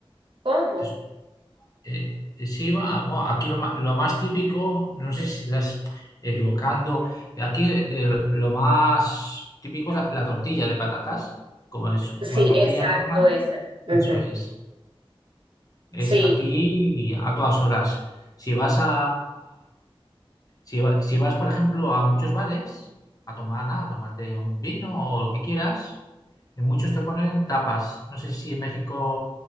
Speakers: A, on the right (about 60°); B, on the left (about 35°).
A: ¿cómo?
B: Entonces, eh, eh, sí, va- bueno, aquí lo más, lo más típico, no sé si estás equivocando, aquí eh, lo lo más típico es la, la tortilla de patatas, como es
A: Sí,
B: una tortilla
A: exacto,
B: normal,
A: esa. Ujú.
B: eso es. Es
A: Sí.
B: aquí a todas horas. Si vas a si va si vas, por ejemplo, a muchos bares a tomar nada, a tomarte un vino o lo que quieras, en muchos te ponen tapas. No sé si en México